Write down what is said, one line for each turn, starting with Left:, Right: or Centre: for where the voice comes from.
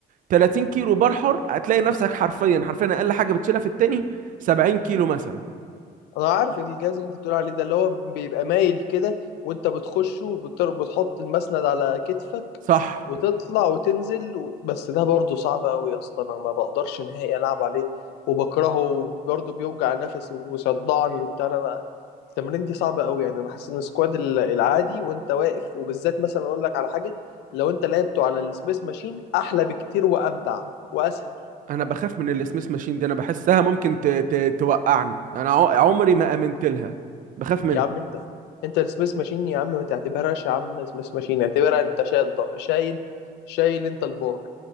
Right: 30 كيلو بار حر هتلاقي نفسك حرفيا حرفيا اقل حاجة بتشيلها في التاني 70 كيلو مثلا
Left: انا عارف الجهاز اللي انت بتقول عليه ده اللي هو بيبقى مايل كده وانت بتخشه وبتحط المسند على كتفك
Right: صح
Left: وتطلع وتنزل و... بس ده برضه صعب قوي يا اسطى انا ما بقدرش نهائي العب عليه وبكرهه برضه بيوجع نفسي وبيصدعني وبتاع انا ما- التمرين دي صعبة قوي يعني انا حاسس ان السكواد ال- العادي وانت واقف وبالذات مثلا اقول لك على حاجة لو انت لعبته على السميث ماشين احلى بكتير وامتع واسهل
Right: انا بخاف من السميث ماشين دي انا بحسها ممكن ت... ت... توقعني انا ع- عمري ما امنت لها بخاف
Left: يا عم انت انت السميث ماشين يا عم ما تعتبرهاش يا عم سميث ماشين اعتبرها انت شايل ض- شايل شايل انت البار